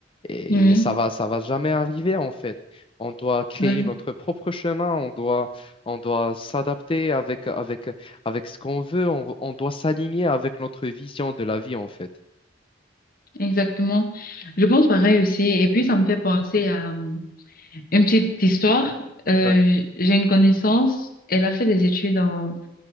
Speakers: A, on the left; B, on the left.
A: Et
B: oui,
A: ça va, ça va jamais arriver en fait. On doit créer
B: ouais,
A: notre propre chemin, on doit on doit s'adapter avec, avec, avec ce qu'on veut. On, on doit s'aligner avec notre vision de la vie, en fait.
B: exactement. Je pense pareil aussi. Et puis, ça me fait penser à euh, une petite histoire. Euh,
A: Ouais.
B: j'ai une connaissance, elle a fait des études en